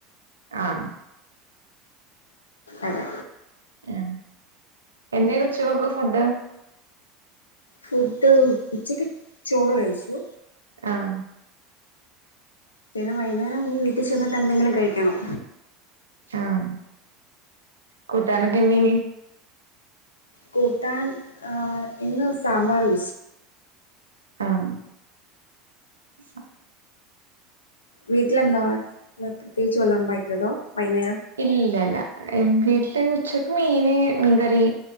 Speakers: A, on the right; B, on the left.
A: ആഹ്
B: അതെ
A: ഏ എന്തേനു ഉച്ചക്കേക്കുള്ള ഫുഡ്
B: ഫുഡ് ഉച്ചക്ക് ചോറ് കഴിച്ചു
A: ആഹ്
B: പിന്നെ വൈന്നേരം ഞ്ഞ് വീട്ടി ചെന്നിട്ട് എന്തെങ്കിലും കഴിക്കണം
A: ആഹ് കൂട്ടാനൊക്കെ എന്തേനി
B: കൂട്ടാൻ ആ ഇന്ന് സാമ്പാർ <unintelligible>
A: ആഹ് <unintelligible>
B: വീട്ടിലെന്താവ ഇന്ന് പ്രത്യേകിച്ച് വല്ലോം ഉണ്ടാക്കിയതോ വൈകുന്നേരം
A: ഇല്ലല്ല മ് വീട്ടില് ഉച്ചക്ക് മീന് മീൻകറി